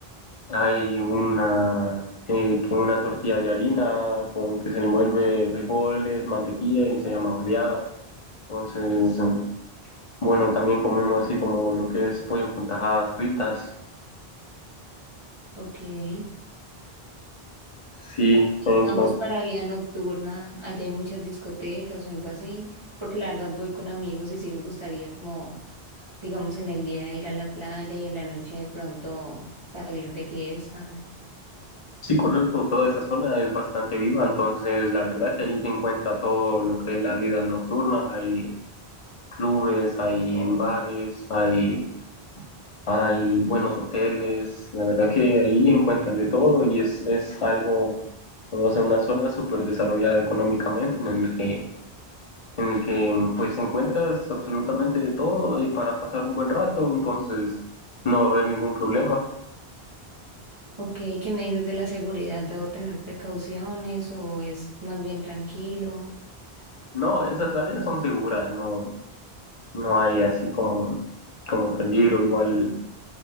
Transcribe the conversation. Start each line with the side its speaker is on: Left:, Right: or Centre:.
Left: Hay una, eh, que una tortilla de harina con que se le envuelve frijoles, mantequilla y se llama oleada. Entonces, eh, bueno, también comemos así como lo que es pollo con tajadas fritas.
Right: ok. Y
Left: Sí, entonces-
Right: digamos para vida nocturna, allá hay muchas discotecas o algo así, porque la verdad voy con amigos y sí me gustaría como digamos, en el día ir a la playa y en la noche de pronto salir de fiesta.
Left: sí, correcto, toda esa zona es bastante viva, entonces la verdad que ahí se encuentra todo lo que es la vida nocturna. Hay clubes, hay bares, hay Hay buenos hoteles, la verdad que ahí encuentras de todo y es, es algo, o sea, una zona súper desarrollada económicamente en el que, en el que pues encuentras absolutamente de todo y para pasar un buen rato, entonces no va a haber ningún problema.
Right: Ok, ¿qué me dices de la seguridad? ¿Debo tener precauciones o es más bien tranquilo?
Left: No, esas áreas son seguras, no, no hay así como, como peligro, igual